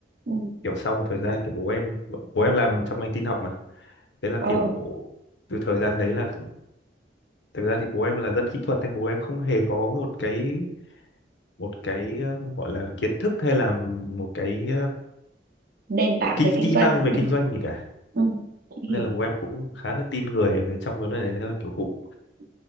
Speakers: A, on the right; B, on the left.
A: ừ.
B: kiểu sau một thời gian kiểu bố em bố em làm trong ngành tin học mà thế là
A: ờ
B: kiểu từ thời gian đấy là thực ra thì bố em là dân kỹ thuật nên bố em không hề có một cái một cái um, gọi là kiến thức hay là một cái
A: nền tảng
B: kỹ
A: về kinh
B: kỹ
A: doanh
B: năng về
A: đúng
B: kinh
A: không
B: doanh gì cả
A: ừ, chị
B: nên
A: hiểu
B: là bố em cũng khá là tin người về trong vấn đề đấy Thế là kiểu cũng
A: ừ,